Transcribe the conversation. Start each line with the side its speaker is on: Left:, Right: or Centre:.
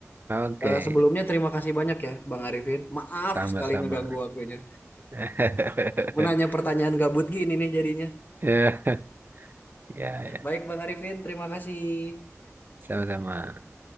Right: Oke,
Left: Eh, sebelumnya terima kasih banyak ya, Bang Arifin. Maaf
Right: sama-sama.
Left: sekali ngeganggu waktunya.
Right: <laughs> ya
Left: Menanya pertanyaan gabut gini nih jadinya.
Right: ya ya
Left: Baik, Bang Arifin, terima kasih.
Right: sama-sama